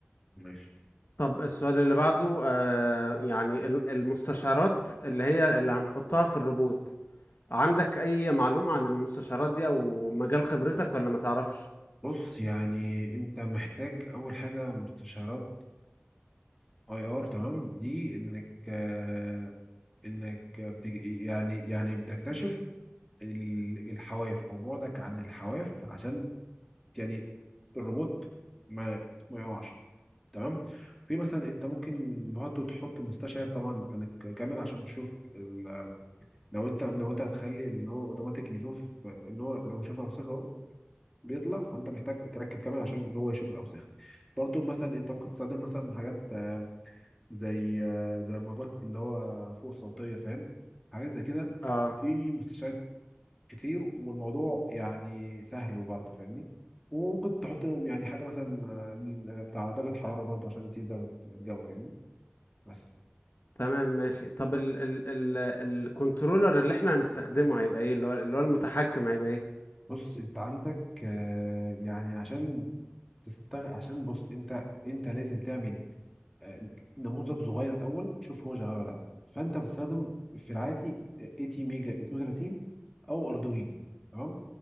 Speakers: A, in the centre; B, on the left (about 55°).
A: ماشي
B: طب السؤال اللي بعده آه يعني ال- المستشعرات اللي هي اللي هنحطها في الروبوت عندك أي معلومة عن المستشعرات دي أو مجال خبرتك ولا ما تعرفش؟
A: بص يعني انت محتاج اول حاجه مستشارات اي ار تمام دي انك آه، انك بتج- يعني يعني بتكتشف ال- الحواف او بعدك عن الحواف عشان يعني الروبوت ما ما يقعش تمام في مثلا انت ممكن برضه تحط مستشعر طبعا عن الك- كاميرا عشان تشوف ال- لو انت لو انت هتخلي ان هو اوتوماتيك يشوف آه، ان هو لو شاف اوساخه بيطلع فانت محتاج تركب كامل عشان هو يشوف الاوساخ برضو مثلا انت ممكن تستخدم مثلا حاجات آه، زي آه، زي الموجات اللي هو فوق الصوتيه فاهم حاجات زي كده
B: اه
A: في مستشفيات كتير والموضوع يعني سهل برضه فاهمني وممكن تحط يعني حاجه مثلا آه، لل- بتاع درجه حراره برضه عشان تقيس درجه الجو فاهمني بس
B: تمام ماشي طب ال ال ال الكنترولر اللي احنا هنستخدمه هيبقى ايه اللي هو اللي هو المتحكم هيبقى ايه؟
A: بص انت عندك آه، يعني عشان تستغ... عشان بص انت انت لازم تعمل آه، نموذج صغير الاول شوف هو شغال ولا لا فانت بتستخدم في العادي 80 ميجا 32 او اردوينو تمام